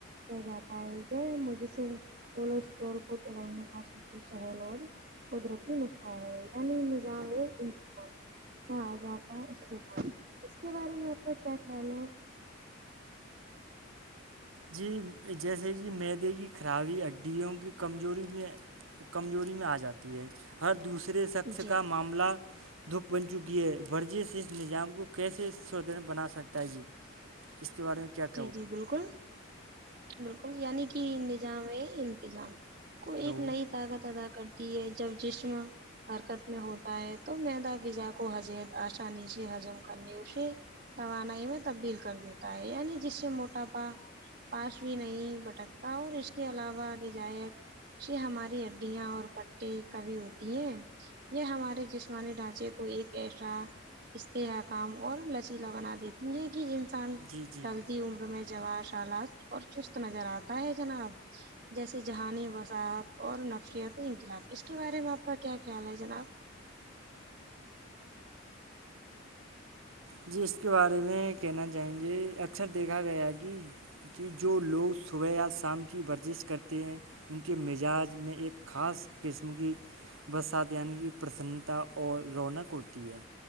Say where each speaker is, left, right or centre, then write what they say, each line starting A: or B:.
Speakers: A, on the right; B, on the right.
A: کہ جاتا ہے یہ مجھے صر پولو اسٹور کو تلنے کا سوچ شہل اور قدرتی نسخہ ہے یعنی نجام ہے انتظام ہاں آ جاتا اس اس کے بارے میں آپ کا کیا خیال ہے
B: جی جیسے کہ معیدے کی خرابی ہڈیوں کی کمزوری میں کمزوری میں آ جاتی ہے ہر دوسرے شخص
A: جی
B: کا معاملہ دھک بن چکی ہے ورجے سے اس نظام کو کیسے سدن بنا سکتا ہے جی جس کے بارے میں کیا
A: جی
B: کہو
A: جی بالکل بالکل یعنی کہ نظام ہے انتظام کو ایک
B: لو
A: نئی طاقت عطا کرتی ہے جب جسم حرکت میں ہوتا ہے تو میدا غذا کو حج آسانی سے حجم کرنے اسے توانائی میں تبدیل کر دیتا ہے یعنی جس سے موٹاپا پاس بھی نہیں بھٹکتا اور اس کے علاوہ رجایت یہ ہماری ہڈیاں اور پٹٹیے کبھی ہوتی ہیں یہ ہمارے جسمانی ڈھانچے کو ایک ایسا استحکام اور لچیلا بنا دیتی ہیں کہ انسان
B: جی جی
A: ڈلتی عمر میں جواہ سالات اور چست نظر آتا ہے جناب جیسے جہانی وساحعت اور نفیت انقلاب اس کے بارے میں آپ کا کیا خیال ہے جناب
B: جی اس کے بارے میں کہنا چائیں گے اکثر دیکھا گیا ہے کہ کہ جو لوگ صبح یا شام کی ورزش کرتے ہیں ان کے مزاج میں ایک خاص قسم کی برسات یعنی کی پرسنتا اور رونق ہوتی ہے